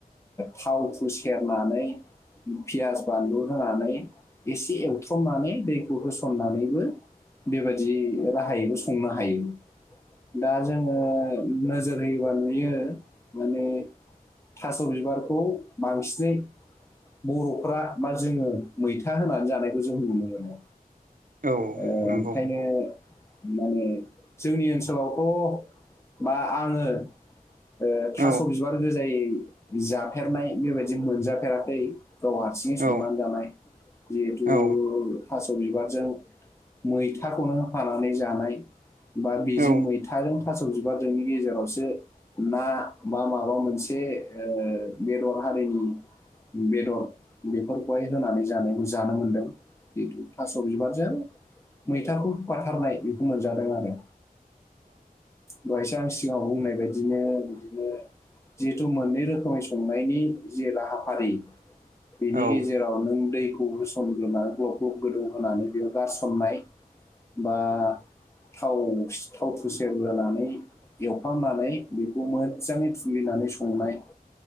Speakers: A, on the left; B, on the right.
A: थावखौ सेरनानै पियास बानलु होनानै एसे एवथ्रमनानै दै होसननानैबो बेबायदि राहायैबो संनो हायो। दा जोङो नोजोर होयोबा नुयो माने थास' बिबारखौ बांसिनै बर'फ्रा बा जोङो मैथा होनानै जानायखौ जों नुनो मोनो।
B: औ
A: ओंखायनो
B: नंगौ
A: माने जोंनि ओनसोलावथ बा आङो ओ
B: औ
A: थास' बिबार गोजायै जाफेरनाय बेबायदिनो मोनजाफेराखै। गाव हारसिङै संनानै
B: औ
A: जानाय जिहेथु
B: औ
A: थास' बिबारजों मैथाखौनो होफानानै जानाय बा बेजों
B: औ
A: मैथाजों थास' बिबारजोंनि गेजेरावसो ना बा माबा मोनसे ओ बेदर हारिनि बेदर बेफोरखौहाय होनानै जानायखौ जानो मोनदों जितु थास' बिबारजों मैथाखौ <unintelligible> बेखौ मोनजादों आरो। दहायसो आं सिगाङाव बुंनाय बायदिनो बिदिनो जिहेथु मोननै रोखोमै संनायनि जि राहाफारि
B: औ
A: बेनि गेजेराव नों दैखौ होसनग्रोना ग्लब ग्लब गोदौ होनानै बेयाव गारसननाय
B: <unintelligible>
A: बा थाव थावखौ सेरग्रोनानै एव खालामनानै बेखौ मो मोजाङै थुलिनानै संनाय